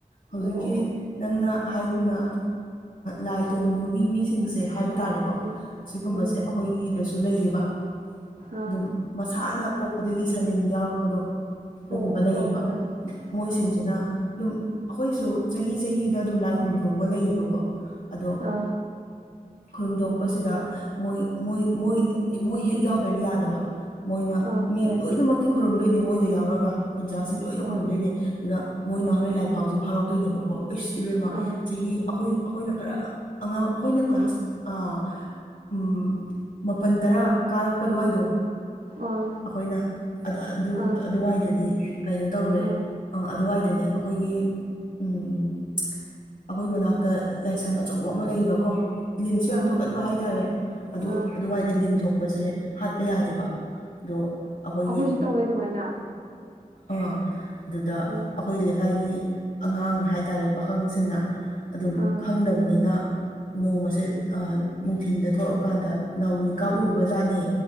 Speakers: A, on the left (about 70°); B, on the right (about 85°).
A: ꯍꯧꯖꯤꯛꯀꯤ
B: ꯑꯣ ꯑꯣ ꯑꯣ
A: ꯅꯪꯅ ꯍꯥꯏꯒꯨꯝꯅ ꯂꯥꯏ ꯇꯣꯡꯕꯒꯤ ꯃꯤꯁꯤꯡꯁꯦ ꯍꯥꯏꯕ ꯇꯥꯔꯦꯅꯦ ꯀꯣ
B: ꯎꯝ
A: ꯑꯁꯤꯒꯨꯝꯕꯁꯦ
B: ꯎꯝ
A: ꯑꯩꯈꯣꯏꯒꯤꯗꯁꯨ ꯂꯩꯔꯤꯕꯌꯦꯕ
B: ꯑꯥ
A: ꯑꯗꯨꯝ ꯃꯁꯥꯅ ꯄꯣꯛꯄꯗꯒꯤ ꯁꯅꯤꯟ ꯌꯥꯎꯔꯛꯄꯗꯣ ꯑꯗꯨꯒꯨꯝꯕ
B: ꯑꯣ ꯑꯣ
A: ꯂꯩꯌꯦꯕ
B: ꯍꯣꯏ
A: ꯃꯣꯏꯁꯤꯡꯁꯤꯅ
B: ꯍꯣꯏ
A: ꯑꯗꯨꯝ ꯑꯩꯈꯣꯏꯁꯨ ꯆꯍꯤ ꯆꯍꯤꯗ ꯑꯗꯨꯝ ꯂꯥꯏ ꯈꯨꯔꯨꯝꯊꯧꯕ ꯂꯩꯌꯦꯕꯀꯣ ꯑꯗꯣ
B: ꯍꯣꯏ ꯑꯥ ꯑꯥ
A: ꯈꯨꯔꯨꯝꯊꯣꯛꯄꯁꯤꯗ ꯃꯣꯏ ꯃꯣꯏ ꯃꯣꯏ ꯃꯣꯏ ꯍꯦꯛ ꯌꯥꯎꯗ꯭ꯔꯗꯤ ꯌꯥꯗꯕ ꯃꯣꯏꯅ
B: ꯑꯥ
A: ꯃꯤ
B: ꯍꯣꯏ
A: ꯂꯣꯏꯅꯃꯛꯇꯤ ꯈꯣꯏꯔꯨꯝꯝꯗꯣꯏꯅꯦ ꯃꯣꯏꯗ ꯌꯥꯎꯔꯒ ꯈꯨꯟꯖꯥꯁꯤꯡ ꯂꯣꯏꯅ
B: ꯍꯣꯏ
A: ꯈꯨꯣꯏꯔꯨꯝꯗꯣꯏꯅꯦ ꯑꯗꯨꯗ ꯃꯣꯏꯅ
B: ꯍꯣꯏ
A: ꯍꯣꯔꯦꯟ ꯂꯥꯏꯐꯥꯎꯁꯨꯦ ꯐꯥꯎꯔꯛꯇꯣꯏꯅꯦꯕꯀꯣ ꯑꯩꯁ ꯏꯕꯦꯝꯃꯥ
B: ꯑꯥ
A: ꯆꯍꯤ ꯑꯩꯈꯣꯏ ꯑꯩꯈꯣꯏꯅ ꯈꯔ ꯑꯉꯥꯡ ꯑꯩꯈꯣꯏꯅ ꯀ꯭ꯂꯥꯁ ꯑꯥ ꯎꯝ ꯃꯥꯄꯜ ꯇꯔꯥ ꯀꯥꯔꯛꯄ ꯑꯗꯨꯋꯥꯏꯗꯣ
B: ꯑꯥ
A: ꯑꯩꯈꯣꯏꯅ ꯑꯗꯨ
B: ꯑꯥ
A: ꯑꯗꯨꯋꯥꯏꯗꯗꯤ ꯀꯩꯅꯣ ꯇꯧꯔꯦ
B: ꯑꯥ
A: ꯑ ꯑꯗꯨꯋꯥꯏꯗꯅꯦ ꯑꯩꯈꯣꯏꯒꯤ ꯎꯝ ꯎꯝ ꯑꯩꯈꯣꯏ ꯃꯅꯥꯛꯇ ꯂꯥꯏꯁꯪ ꯑꯆꯧꯕ ꯑꯃ ꯂꯩꯌꯦꯕꯀꯣ ꯂꯤꯟꯁꯨ ꯌꯥꯝ
B: ꯑꯥ
A: ꯊꯣꯛꯀꯟꯕ ꯍꯥꯏꯇꯥꯔꯦ ꯑꯗꯨ
B: ꯑꯥ
A: ꯑꯗꯨꯋꯥꯏꯗ ꯂꯤꯟ ꯊꯣꯛꯄꯁꯦ ꯍꯥꯠꯄ ꯌꯥꯗꯦꯕ ꯑꯣ ꯑꯩꯈꯣꯏꯒꯤ
B: ꯑꯩꯈꯣꯏꯁꯨ ꯇꯧꯋꯦ ꯑꯗꯨꯃꯥꯏꯅ
A: ꯑꯥ ꯑꯗꯨꯗ
B: ꯑꯥ
A: ꯑꯩꯈꯣꯏ ꯂꯩꯀꯥꯏꯒꯤ ꯑꯉꯥꯡ ꯍꯥꯏꯇꯥꯔꯦ ꯄꯥꯈꯪꯁꯤꯡꯅ ꯑꯗꯨꯝ
B: ꯑꯥ
A: ꯈꯪꯗꯕꯅꯤꯅ ꯅꯣꯡꯃꯁꯦ ꯅꯨꯡꯊꯤꯤꯟꯗ ꯊꯣꯛꯂꯛꯑꯀꯥꯟꯗ ꯅꯧꯔꯤ ꯀꯥꯞꯔꯨꯕ
B: ꯎꯝ
A: ꯖꯥꯠꯅꯩ